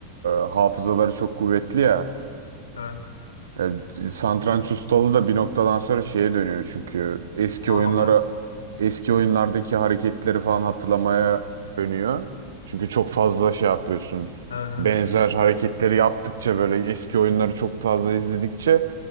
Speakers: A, on the right (about 65°); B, on the left (about 70°).
A: e, hafızaları çok kuvvetli ya.
B: Evet.
A: Ya, satranç ustalığı da bir noktadan sonra şeye dönüyor çünkü eski
B: Ha,
A: oyunlara
B: ha,
A: eski oyunlardaki hareketleri falan hatırlamaya dönüyor. Çünkü çok fazla şey yapıyorsun.
B: e, evet evet.
A: Benzer hareketleri yaptıkça böyle eski oyunları çok fazla izledikçe